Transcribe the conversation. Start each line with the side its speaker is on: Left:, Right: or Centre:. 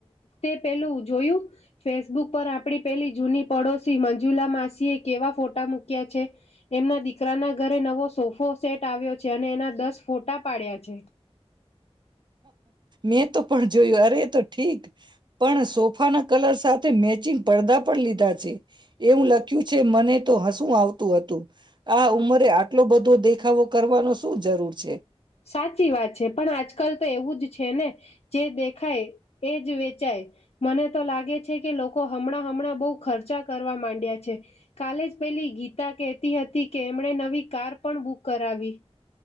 Left: તે પેલું જોયું ફેસબુક પર આપણી પેલી જૂની પડોશી મંજુલા માસી એ કેવા ફોટા મૂક્યા છે એમના દીકરાના ઘરે નવો સોફો સેટ આવ્યો છે અને એના દસ ફોટા પાડ્યા છે.
Right: મેં તો પણ જોયું અરે તો ઠીક પણ સોફાના કલર સાથે મેચિંગ પડદા પણ લીધા છે. એવું લખ્યું છે મને તો હસું આવતું <inaudible> આ ઉંમરે આટલો બધો દેખ દેખાવો કરવાનો શું જરૂર છે.
Left: સાચી વાત છે પણ આજકાલ તો એવું જ છે ને જે દેખાય એજ વેચાય મને તો લાગે છે કે લોકો હમણાં હમણાં બહુ ખર્ચા કરવા માંડ્યા છે કાલે જ પેલી ગીતા કહેતી હતી કે એમણે નવી કાર પણ બુક કરાવી.